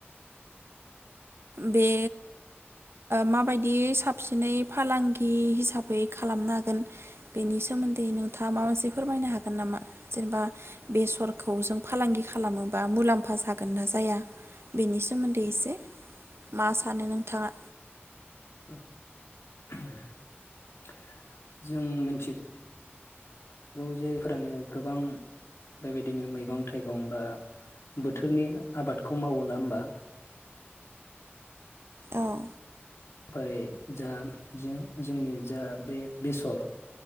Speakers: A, on the right; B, on the left.
A: बे मायदि साबसिनै फालांगि। खि हिसाबै खालामनो हागोन बेनि सोमोन्दै नोंथाङा माबा मोनसे फोरमायनो हागोन नामा जेनेबा बेसरखौ जों फालांगि खालामोबा मुलाम्फा जागोन ना जाया बेनि सोमोन्दै एसे मा सानो नोंथाङा।
B: <inaudible> जों मिथिगौ जायफोरानो गोबां। बेबायदिनो मैगं थाइगं बा। बोथोरनि आबादखौ मावो नङा होबा।
A: ओं।
B: ओमफ्राय जा जों जोंनि जा बे बेसर